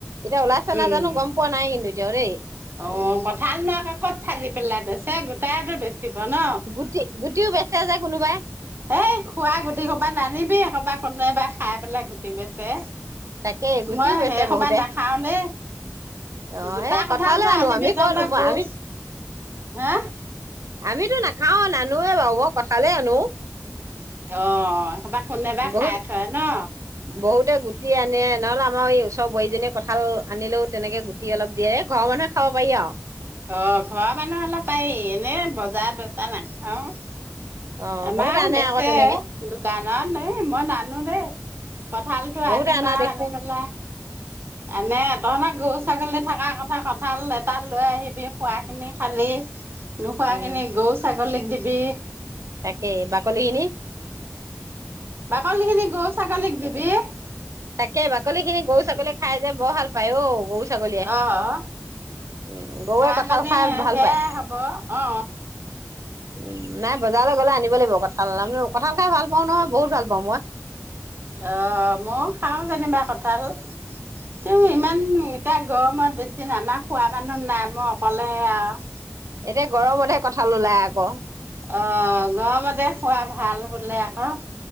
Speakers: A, on the right; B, on the right.
A: এতিয়া ওলাইছে নে
B: উম
A: নাই জানো গম পোৱা নাই কিন্তু এতিয়াও দেই।
B: অ' কঁঠাল নাই আকৌ ক'ত ফালি পেলাই বেচে গোটায়েটো বেছ বেচিব ন'।
A: গুটি গুটিও বেচে যে কোনোবাই
B: এই খোৱা গুটি সোপা নানিবি এইসোপা কোনেবা খাই পেলাই গুটি বেচে।
A: তাকে গুটিও
B: মই
A: বেচে
B: সেইসোপা
A: বহুতে
B: নাখাও দে
A: অ
B: গোটা
A: সেই
B: কঠালটো
A: কঁঠালে আনো
B: আনিবি
A: আমি ক'ত
B: কাৰনে গৈছোঁ
A: আমি
B: হা?
A: আমিতো নাখাও নানোৱেই বাৰু মই কঠালেই আনো।
B: অ'এইসোপা কোনেবা
A: বহুত
B: খাই থয় ন'।
A: বহুতে গুটি আনে নহ'লে আমাৰ এই ওচৰ বোৱাৰীজনীয়ে কঁঠাল আনিলেও তেনেকে গুট গুটি অলপ দিয়ে এ ঘৰৰ মানুহে খাব পাৰি আও।
B: অ'ঘৰৰ মানুহ হলে পাৰি এনে বজাৰবোৰৰ পৰা নাখাওঁ।
A: অ
B: আমাৰ
A: বহুতে আনে
B: বেচে
A: আকৌ তেনেকে
B: দোকানত এই মই নানো দে কঁঠাল টো
A: বহুতে
B: আনিম
A: আনা
B: বা
A: দেখো
B: আনি পেলাই এনে তহঁতৰ গৰু, ছাগলী থকা কথা কঁঠাল এটা লৈ আহিবি খোৱাখিনি খালি নোখোৱাখিনি
A: উম
B: গৰু, ছাগলীক দিবি।
A: তাকেই বাকলিখিনি?
B: বাকলি খিনি গৰু, ছাগলীক দিবি।
A: তাকেই বাকলি খিনি গৰু, ছাগলী খাই যে বৰ ভাল পায় অ' গৰু ছাগলীয়ে
B: অ',
A: উম গৰুৱে
B: ঘাঁহ,
A: কঁঠাল
B: পানী
A: খাই ভাল
B: সেয়াই
A: পায়
B: হ'ব অ'।
A: উম' নাই বজাৰলৈ গ'লে আনিব লাগিব কঁঠাল এটা <unintelligible> কঠাল খাই ভাল পাওঁ নহয় বহুত ভাল পাওঁ মই।
B: অ' ময়ো খাওঁ যেনিবা কঠাল <unintelligible>
A: উম
B: ইমান এতিয়া গৰমত বেছি নাই আমাৰ খোৱা মানুহ নাই মই অকলেহে আৰু
A: এতিয়া গৰমতহে কঠাল ওলাই আকৌ।
B: অ'গৰমতে খোৱা ভাল বোলে আকৌ।